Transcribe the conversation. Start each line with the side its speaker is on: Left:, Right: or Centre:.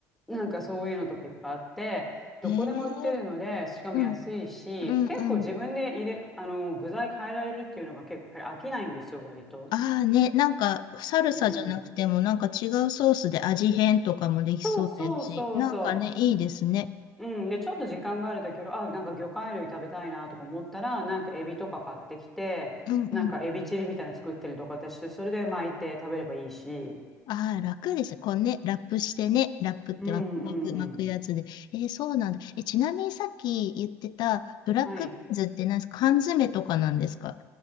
Centre: うん。なんかそういうのとかいっぱいあって、どこでも売ってるので、
Left: えー、
Centre: しかも安いし、
Left: うん、うん、
Centre: 結構自分で入れる、
Left: うん。
Centre: あの、具材変えられるっていうのが結構飽きないんですよ、割と。
Left: ああね、なんか、サルサじゃなくても、
Centre: うんうん。
Left: なんか違うソースで味変とかもできそうですし、
Centre: そうそうそうそう。
Left: なんかね、いいですね。
Centre: うん、で、ちょっと時間があるときは、あ、なんか魚介類食べたいなとか思ったら、なんかエビとか買ってきて、
Left: うんうん。
Centre: なんかエビチリみたいなの作ったりとか私して、それで巻いて食べればいいし。
Left: ああ、楽ですね。こうね、ラップしてね、ラップってま巻く、
Centre: うんうんうん。
Left: 巻くやつで。えーそうなんだ。え、ちなみにさっき言ってた、ブラックビーンズって何ですか缶詰とかなんですか
Centre: はい。